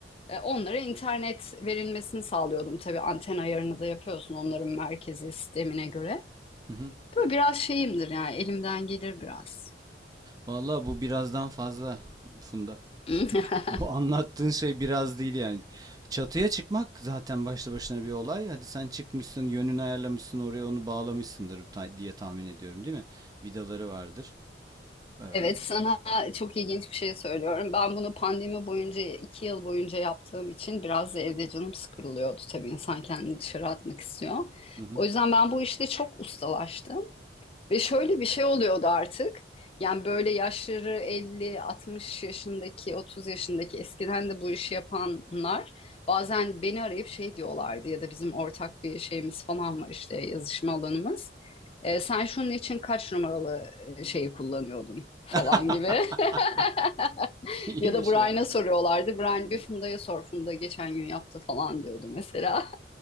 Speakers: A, on the left; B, on the right.
A: e, Onlara internet verilmesini sağlıyordum. Tabii anten ayarını da yapıyorsun onların merkezi sistemine göre.
B: Hı hı.
A: Böyle biraz şeyimdir yani elimden gelir biraz.
B: Vallahi bu birazdan fazla Funda.
A: <laughs>
B: Bu anlattığın şey biraz değil yani. Çatıya çıkmak zaten başlı başına bir olay. Hadi sen çıkmışsın, yönünü ayarlamışsın, oraya onu bağlamışsındır ta- diye tahmin ediyorum, değil mi? Vidaları vardır. Ee, hı
A: Evet sana çok ilginç bir şey söylüyorum. Ben bunu pandemi boyunca iki yıl boyunca yaptığım için biraz da evde canım sıkılıyordu. Tabii insan kendini dışarı atmak istiyor.
B: hı.
A: O yüzden ben bu işte çok ustalaştım. Ve şöyle bir şey oluyordu artık. Yani böyle yaşları elli, altmış yaşındaki, 30 yaşındaki eskiden de bu işi yapanlar bazen beni arayıp şey diyorlardı ya da bizim ortak bir şeyimiz falan var işte yazışma alanımız. E, sen şunun için kaç numaralı e, şeyi kullanıyordun falan
B: <laughs>
A: gibi. <laughs>
B: İyiymiş
A: Ya da Brian'a
B: ya.
A: soruyorlardı. Brian
B: Hı.
A: bir Funda'ya sor. Funda geçen gün yaptı falan diyordu mesela.